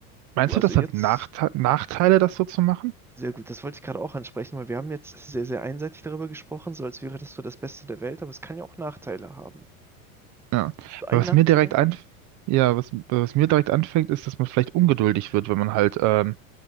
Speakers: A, on the right (about 45°); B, in the centre.
A: Meinst
B: Du, also
A: du, das
B: jetzt
A: hat Nachte Nachteile, das so zu machen?
B: Sehr gut, das wollte ich gerade auch ansprechen, weil wir haben jetzt sehr, sehr einseitig darüber gesprochen, so als wäre das so das Beste der Welt, aber es kann ja auch Nachteile haben.
A: Ja.
B: So ein
A: Weil was
B: Nachteil?
A: mir direkt ein, ja, was, was mir direkt anfängt, ist, dass man vielleicht ungeduldig wird, wenn man halt, ähm,